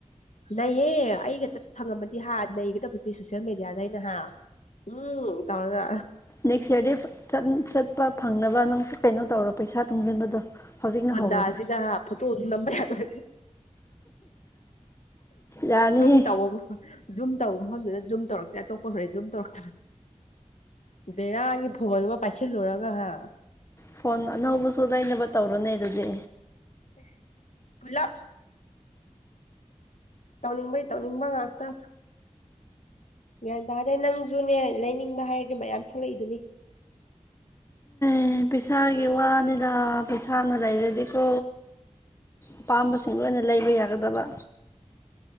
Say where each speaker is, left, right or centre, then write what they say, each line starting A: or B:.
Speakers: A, on the left (about 80°); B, on the left (about 25°).
A: ꯅꯍꯦ ꯑꯩꯒ ꯆꯠꯄ ꯐꯪꯉꯝꯃꯗꯤ ꯍꯥ ꯅꯩꯒꯗꯕꯁ ꯁꯣꯁꯦꯜ ꯃꯦꯗꯤꯌꯥꯗ ꯑꯩꯅ ꯍꯥ ꯎꯝ ꯇꯉꯒ
B: ꯅꯦꯛꯁ ꯌꯔꯗꯤ ꯆꯠꯄ ꯐꯪꯅꯕ ꯅꯪ ꯀꯩꯅꯣ ꯇꯧꯔꯣ ꯄꯩꯁꯥ ꯇꯨꯡꯁꯤꯟꯕꯗꯣ ꯍꯧꯖꯤꯛꯅ
A: ꯐꯣꯟꯗꯥꯁꯤꯗ
B: ꯍꯧꯔꯣ
A: ꯐꯣꯇꯣꯁꯨ ꯂꯝꯕ ꯌꯥꯔꯣꯏ
B: ꯌꯥꯅꯤꯍꯦ
A: ꯖꯨꯝ ꯇꯧꯕ ꯃꯐꯝ ꯖꯨꯝ ꯇꯧꯕ ꯃꯐꯝꯗꯨꯗ ꯖꯨꯝ ꯇꯧꯔꯛꯇꯦ ꯑꯇꯣꯞꯄ ꯍꯩ ꯖꯨꯝ ꯇꯧꯔꯛꯇ ꯕꯔꯒꯤ ꯐꯨꯃꯜ ꯑꯃ ꯄꯥꯏꯁꯤꯜꯂꯨꯔꯨꯔꯒ ꯍꯥ
B: ꯐꯣꯟ ꯑꯅꯧꯕꯁꯨ ꯂꯩꯅꯕ ꯇꯧꯔꯨꯅꯦ ꯑꯗꯨꯗꯤ
A: ꯑꯦꯁ ꯨꯂꯞ ꯇꯧꯅꯤꯡꯕꯩ ꯇꯧꯅꯤꯡꯕ ꯉꯥꯛꯇ ꯒ꯭ꯌꯥꯟ ꯇꯥꯗꯦ ꯅꯪꯁꯨꯅꯦ ꯂꯩꯅꯤꯡꯕ ꯍꯥꯏꯔꯗꯤ ꯃꯌꯥꯝ ꯊꯣꯛꯂꯛꯏꯗꯨꯅꯤ
B: ꯑꯦ ꯄꯩꯁꯥꯒꯤ ꯋꯥꯅꯤꯗ ꯄꯩꯁꯥꯅ ꯂꯩꯔꯗꯤꯀꯣ ꯑꯄꯥꯝꯕꯁꯤꯡ ꯂꯣꯏꯅ ꯂꯩꯕ ꯌꯥꯒꯗꯕ